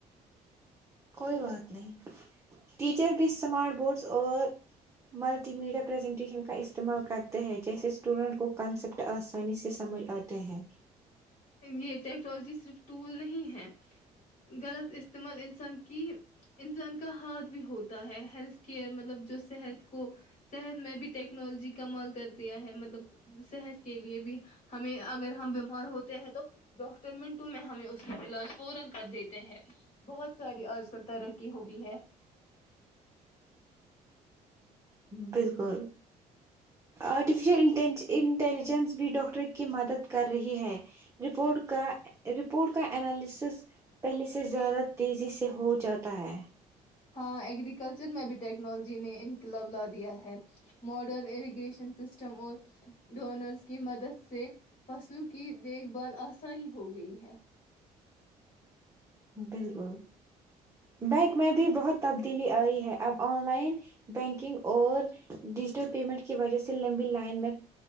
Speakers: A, on the right (about 15°); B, on the left (about 40°).
A: کوئی بات نہیں ٹیچر بھی اسمارٹ بورڈس اور ملٹی میڈیا پرریزنٹیشن کا استعمال کرتے ہیں جیسے اسٹوڈنٹ کو کنسپٹ آسانی سے سمجھ آتے ہیں
B: یہ ٹیکنالوجی صرف ٹول نہیں ہے غلط استعمال انسان کی انسان کا ہاتھ بھی ہوتا ہے ہیلتھ کیئر مطلب جو صحت کو صحت میں بھی ٹیکنالوجی کمال کر دیا ہے مطلب صحت کے لیے بھی ہمیں اگر ہم بیمار ہو تے ہیں تو ڈاکٹر منٹوں میں ہمیں اس کا علاج فورں کر دیتے ہیں بہت ساری آج کل ترقی ہوئی ہے
A: بالکل آرٹیفشل انٹین ان انٹیلیجنس بھی ڈاکٹر کی مدد کر رہی ہے رپورٹ کا رپورٹ کا انالسس پہلے سے زیادہ تیزی سے ہو جاتا ہے
B: ہاں ایگریکلچر میں بھی ٹیکنالوجی نے انقلاب لا دیا ہے ماڈرن اریگیشن سسٹم اور ڈونرس کی مدد سے فصلوں کی دیکھ بھال آسانی ہو گئی ہے
A: بالکل بینک میں بھی بہت تبدیلی آئی ہے اب آن لائن بینکنگ اور ڈیجیٹل پیمنٹ کی وجہ سے لمبی لائن میں